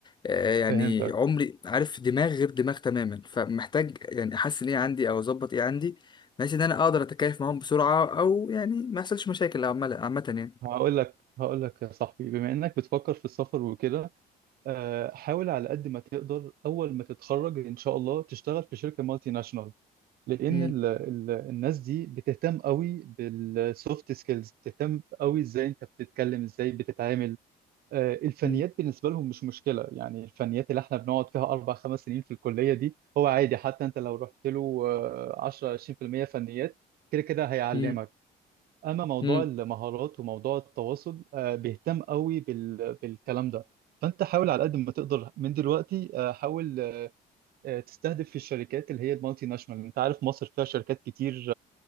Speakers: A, on the left; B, on the right.
A: آه، يعني
B: فهمتك
A: عمري عارف دماغ غير دماغ تماما فمحتاج يعني احسن ايه عندي او اظبط ايه عندي بحيث ان انا اقدر اتكيف معاهم بسرعه او يعني ما يحصلش مشاكل عامه عامه يعني
B: هقول لك هقول لك يا صاحبي بما انك بتفكر في السفر وكده آه، حاول على قد ما تقدر اول ما تتخرج ان شاء الله تشتغل في شركه مالتي ناشونال لان
A: مم.
B: ال ال الناس دي بتهتم قوي بالسوفت سكيلز بتهتم قوي ازاي انت بتتكلم ازاي بتتعامل آه، الفنيات
A: مم.
B: بالنسبه لهم مش مشكله يعني الفنيات اللي احنا بنقعد فيها اربع خمس سنين في الكليه دي هو عادي حتى انت لو رحت له آه، 10 20% فنيات كده كده هيعلمك
A: مم.
B: اما موضوع
A: مم.
B: المهارات وموضوع التواصل آه، بيهتم قوي بال... بالكلام ده فانت حاول على قد ما تقدر من دلوقتي آه، حاول آه، آه، تستهدف في الشركات اللي هي المالتي ناشونال انت عارف مصر فيها شركات كتير